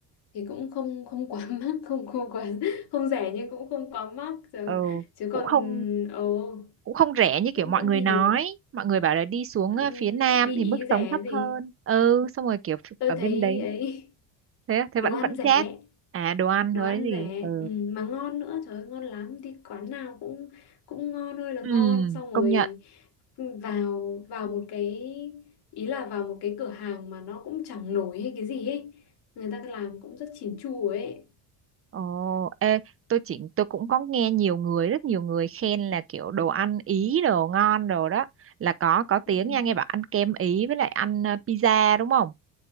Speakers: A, on the left (about 65°); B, on the right (about 30°).
A: thì cũng không không quá <laughs> mắc không không quá <laughs> không rẻ nhưng cũng không quá mắc chứ,
B: Ừ,
A: chứ còn
B: cũng không
A: ồ
B: cũng không rẻ như
A: vẫn
B: kiểu mọi
A: vẫn
B: người
A: đi
B: nói
A: được
B: mọi người bảo là đi xuống
A: Ừm,
B: ờ, phía nam
A: đi Ý
B: thì mức
A: rẻ
B: sống thấp
A: gì
B: hơn ừ xong rồi kiểu
A: tôi
B: ở bên
A: thấy
B: đấy
A: ấy
B: thế
A: <laughs>
B: á, thế
A: đồ
B: vẫn
A: ăn
B: vẫn
A: rẻ
B: chát à đồ ăn
A: đồ
B: thôi
A: ăn
B: gì
A: rẻ
B: ừ
A: ừ, mà ngon nữa trời ơi ngon lắm đi quán nào cũng cũng ngon ơi là
B: Ừ.
A: ngon xong rồi
B: công nhận
A: ừ, vào vào một cái ý là vào một cái cửa hàng mà nó cũng chẳng nổi hay cái gì ấy người ta làm cũng rất chỉn chu ấy
B: ồ ê tôi chỉ tôi cũng có nghe nhiều người rất nhiều người khen là kiểu đồ ăn Ý đồ ngon đồ đó là có có tiếng
A: ừ.
B: nha nghe bảo ăn kem Ý với lại ăn ờ, pizza đúng không